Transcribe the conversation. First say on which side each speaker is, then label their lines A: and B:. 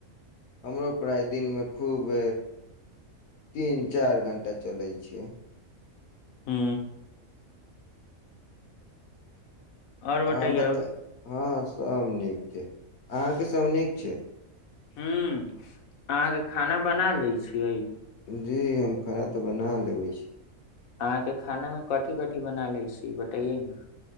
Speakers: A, on the left; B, on the left.
A: हमरो प्राय दिनमे खूब तीन चारि घण्टा चलै छै
B: हू और बतैयौ
A: अ बता हँ सब नीक छैक अहाँके सब नीक छैक
B: ह्म अहाँके खाना बना लैत छियैक
A: जी हम खाना तऽ बना लेबय छी
B: अहाँके खानामे कथि कथि बना लैछी बतैयै ने